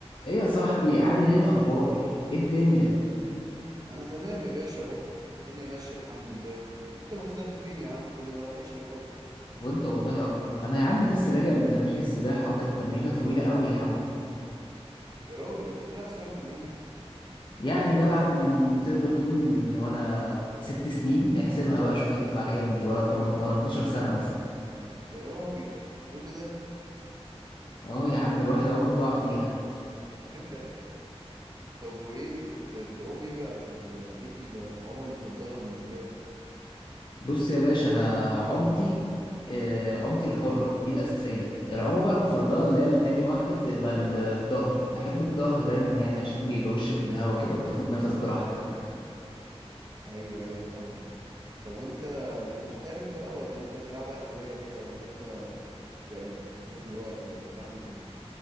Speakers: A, on the left; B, on the right.
A: ايه يا صاحبي عامل ايه الاخبار ايه الدنيا
B: انا تمام يا باشا اهو الدنيا ماشيه الحمد لله انت مختفي فين يا عم كل ده وحشني قوي
A: وانت والله اكتر انا يا عم لسه راجع من تمرين السباحه اهو كانت تمرينه طويله قوي يا عم
B: يا راجل انت بتلعب سباحه من امتى
A: يعني بلعب من تقدر تقول من وانا ست سنين احسبها بقى شوف هتطلع كام دي ولا تمن ولا 12 سنه مثلا
B: يا راجل كل ده
A: اه يا عم الواحد عمره ضاع فيها
B: <laughs> طب وايه بت... بتعوم ايه بقى في ال... ايه العومه المفضله بالنسبه لك
A: بص يا باشا انا عمتي آه، عمتي الحره دي الاساسيه العومه بقى المفضله اللي هي التاني واحده بتبقى الظهر بحب الظهر دايما يعني عشان بيبقى وشك للهوا كده وبتاخد نفس براحتك
B: ايوه ايوه فاهمك طب وانت انت محترف بقى ولا انت بتلعبها هوايه كده ولا انت يعني بتملي وقت ولا بتعمل ايه